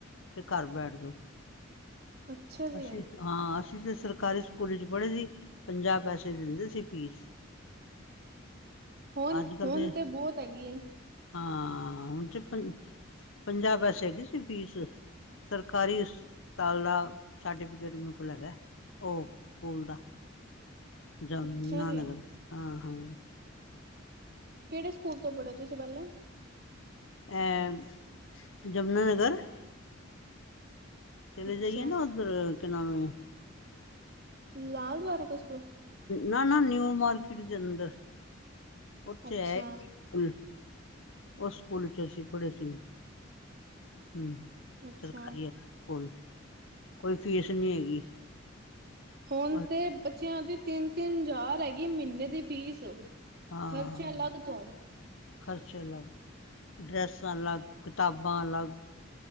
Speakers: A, on the left; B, on the right.
A: ਤੇ ਘਰ ਬੈਠਜੋ।
B: ਅੱਛਾ ਜੀ
A: ਅਸੀ, ਹਾਂ, ਅਸੀ ਤੇ ਸਰਕਾਰੀ ਸਕੂਲ'ਚ ਪੜ੍ਹੇ ਸੀ, ਪੰਜਾਹ ਪੈਸੇ ਦਿੰਦੇ ਸੀ ਫੀਸ।
B: ਹੋਨ,
A: ਅੱਜ ਕੱਲ
B: ਹੋਨ
A: ਦੇ
B: ਤੇ ਬੋਤ ਹੈਗੀ ਏ।
A: ਹਾਂ, ਹੁਣ ਤੇ ਪੰ ਪੰਜਾਹ ਪੈਸੇ ਹੈਗੀ ਸੀ ਫੀਸ, ਸਰਕਾਰੀ ਹਸਪਤਾਲ ਦਾ ਸਰਟੀਫਿਕੇਟ ਮੇਰ ਕੋਲ ਹੈਗਾ, ਓ ਸਕੂਲ ਦਾ। ਜਮੁਨਾਨਗਰ,
B: ਅੱਛਾ ਜੀ
A: ਹਾਂ-ਹਾਂ।
B: ਕੇੜੇ ਸਕੂਲ ਤੋਂ ਪੜ੍ਹੇ ਓ, ਤੁਸੀ ਪਹਿਲਾ?
A: ਐ, ਜਮਨਾਨਗਰ। ਚਲੇ
B: ਅੱਛਾ
A: ਜਾਈਏ ਨਾ ਓਧਰ, ਕਿ ਨਾਮ ਏ
B: ਲਾਲ ਦੁਆਰਾ, ਕੋਈ ਸਕੂਲ।
A: ਨਾ-ਨਾ, ਨਿਊ ਮਾਰਕੀਟ ਜਲੰਧਰ, ਔਥੇ
B: ਅੱਛਾ
A: ਹੈ ਕੁਲ ਓ ਸਕੂਲ 'ਚ ਅਸੀ ਪੜ੍ਹੇ ਸੀ, ਹੁਂ,
B: ਅੱਛਾ
A: ਸਰਕਾਰੀ ਹੈ। ਗੌਰਮਿੰਟ, ਕੋਈ ਫੀਸ ਨੀ ਹੈਗੀ।
B: ਹੋਣ
A: ਬਸ
B: ਤੇ ਬੱਚੇਆਂ ਦੀ ਤਿੰਨ, ਤਿੰਨ ਜ਼ਾਰ ਹੈਗੀ ਮਹੀਨੇ ਦੀ ਫੀਸ।
A: ਹਾਂ
B: ਖਰਚੇ ਅਲੱਗ ਤੋਂ
A: ਖ਼ਰਚਾ ਲੱਗ, ਡਰੈਸਾਂ ਲੱਗ, ਕਿਤਾਬਾਂ ਅਲੱਗ।